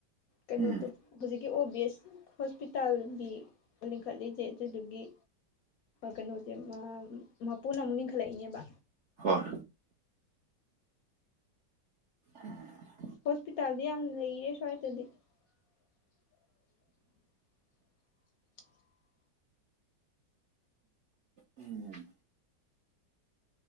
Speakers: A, on the left; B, on the right.
A: ꯀꯩꯅꯣꯗꯣ
B: ꯎꯝ
A: ꯍꯧꯖꯤꯛꯀꯤ ꯑꯣꯕꯤꯑꯦꯁ ꯍꯣꯁꯄꯤꯇꯥꯜꯒꯤ ꯂꯤꯡꯈꯠꯂꯤꯁꯦ ꯑꯗꯨꯗꯨꯒꯤ ꯀꯩꯅꯣꯁꯦ ꯃꯄꯨꯅ ꯑꯃꯨꯛ ꯂꯤꯡꯈꯠꯂꯛꯏꯅꯦꯕ
B: ꯍꯣꯏ ꯎꯝ <inaudible>
A: ꯍꯣꯁꯄꯤꯇꯥꯜꯗꯤ ꯌꯥꯝ ꯂꯩꯌꯦ ꯁ꯭ꯋꯥꯏꯗꯗꯤ <inaudible>
B: ꯎꯝ <inaudible>